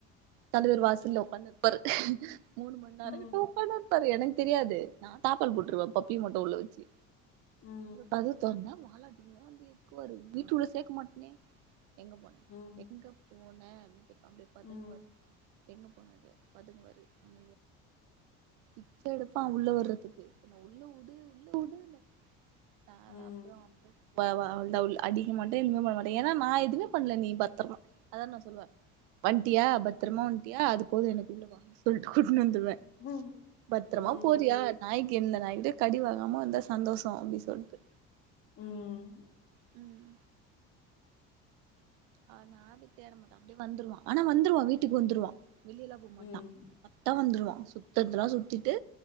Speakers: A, on the right (about 90°); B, on the left (about 45°).
A: தலைவர் வாசல்ல ஒக்காந்துனுருப்பாரு மூணு மண் நேரோ
B: ம்
A: கிட்ட உக்கான்னுயிரு பாரு எனக்கு தெரியாது நா தாப்பல் போட்ருவே பப்பிய மட்டு உள்ள வெச்சு
B: ம் ம்
A: கதவ தொறந்தா வாலாட்டினே வந்து இருக்குவாரு வீட்டுக்குள்ள சேக்க மாட்டனே எங்க போன
B: ம்
A: எங்க போன அப்டி கேட்டா அப்டியே பதுங்குவாரு
B: ம்
A: எங்க போன பதுங்குவாரு அம பிச்சயெடுப்பா உள்ள வர்றதுக்கு என்ன உள்ள உடு உள்ள உடுன்னு நா
B: ம்
A: அப்பறோ அப்பறோ வந்தா உள்ள அடிக்கமாட்ட எதுமே பண்ணமாட்டே ஏன்னா நா எதுவுமே பண்ணல நீ பத்தரமா அதா நா சொல்லுவே வண்டியா பத்திரமா வண்டியா அது போது எனக்கு உள்ள வா சொல்லிட்டு கூட்டிட்டு வந்துருவே
B: ம்
A: பத்தரமா
B: ம்
A: போறியா நாய்க்கு எந்த நாய்கிட்டேயு கடி வாங்காம வந்தா சந்தோஷோ அப்படி சொல்லிட்டு
B: ம் ம்
A: ம் அவன யாரு தேட மாட்டோ அப்டியே வந்துருவா ஆனா வந்துருவா வீட்டுக்கு வந்துருவா வெளியல்லா போக மாட்டா
B: ம்
A: கரக்ட்டா வந்துருவா சுத்தறதெல்லா சுத்திட்டு